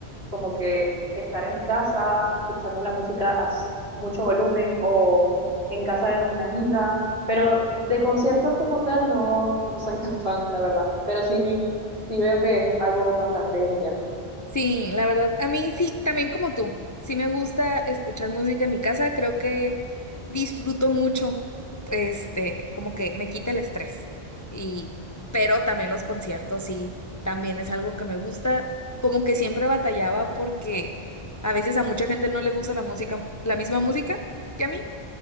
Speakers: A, on the right; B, on the left.
A: como que estar en mi casa escuchando la música a s- mucho volumen o en casa de una amiga. Pero de conciertos como tal no, no soy tan <laughs> fan, la verdad. Pero sí, vi- sí veo que es algo bastante genial.
B: Sí, la verdad, a mí sí, también como tú. Sí me gusta escuchar música en mi casa, creo que disfruto mucho, este, como que me quita el estrés. Y, pero también los conciertos sí, también es algo que me gusta. Como que siempre batallaba porque a veces a mucha gente no le gusta la música, la misma música que a mí.